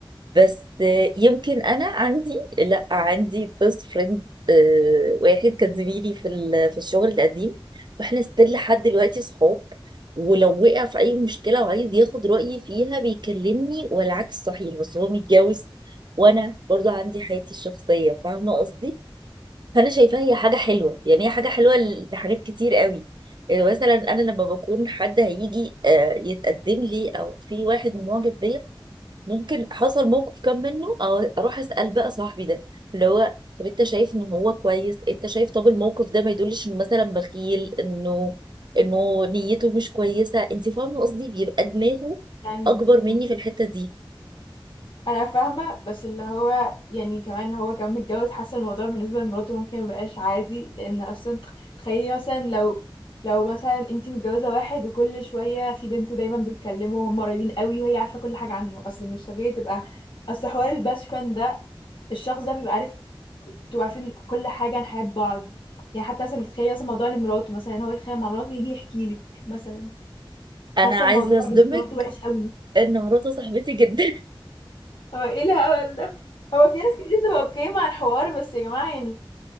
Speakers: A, on the right (about 55°); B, on the left (about 65°).
A: بس آه، يمكن انا عندي لا عندي بيست فريند واحد كان زميلي في ال- في الشغل القديم واحنا ستيل لحد دلوقتي صحاب ولو وقع في اي مشكله وعايز ياخد رايي فيها بيكلمني والعكس صحيح بس هو متجوز وانا برضو عندي حياتي الشخصيه فاهمه قصدي فانا شايفاها هي حاجه حلوه يعني هي حاجه حلوه ل- لحاجات كتير قوي يعني مثلا انا لما بكون حد هيجي آه، يتقدم لي او في واحد معجب بيا ممكن حصل موقف كان منه أو اروح اسال بقى صاحبي ده اللي هو طب انت شايف ان هو كويس انت شايف طب الموقف ده ما يدلش انه مثلا بخيل انه انه نيته مش كويسه انت فاهمه قصدي بيبقى دماغه
B: يعني
A: اكبر مني
B: بس
A: في الحته دي
B: انا فاهمه بس اللي هو يعني كمان هو كان متجوز حاسه الموضوع بالنسبه لمراته ممكن مبقاش عادي لان اصلا تخيلي مثلا لو لو مثلا انتي متجوزه واحد وكل شويه في بنت دايما بتكلمه وهم قريبين قوي وهي عارفه كل حاجه عنه اصل مش طبيعي تبقى اصل حوار الباست فريند ده الشخص ده بيبقى عارف بتبقوا عارفين كل حاجه عن حياه بعض يعني حتى مثلا تخيلي مثلا موضوع لمراته مثلا هو يتخانق مع مراته يجي يحكي لك مثلا حاسه
A: انا عايزه
B: الموضوع
A: اصدمك
B: بالنسبه لمراته وحش قوي
A: ان مراته صاحبتي جدا
B: هو ايه الهبل ده هو في ناس كتير بتبقى اوكي مع الحوار بس يا جماعة يعني